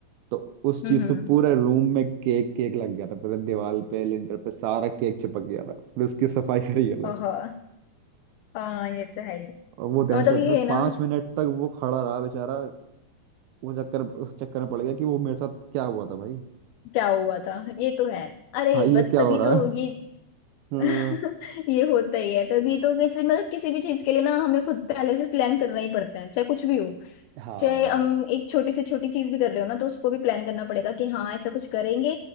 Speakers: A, on the right; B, on the left.
A: तो उस
B: हम्म
A: चीज
B: हम्म
A: से पूरे रूम में केक केक लग गया था पूरे दीवार पे लिंटर पे सारा केक चिपक गया था फिर उसकी सफाई करी अलग
B: ओहो हाँ ये तो है ही
A: और वो दहशत
B: मतलब ये
A: में
B: है
A: पांच
B: ना
A: मिनट तक वो खड़ा रहा बेचारा वो चक्कर उस चक्कर में पड़ गया कि वो मेरे साथ क्या हुआ था भाई
B: क्या हुआ था ये तो है अरे
A: भाई
B: बस
A: ये क्या
B: तभी
A: हो रहा
B: तो
A: है
B: ये
A: हम्म,
B: <laughs> ये होता ही है तभी तो किसी मतलब किसी भी चीज के लिए ना हमें खुद पहले से प्लान करना ही पड़ता है चाहे कुछ भी हो
A: हाँ
B: चाहे हम एक छोटी से छोटी चीज भी कर रहे हो ना तो उसको भी प्लान करना पड़ेगा कि हाँ ऐसा कुछ करेंगे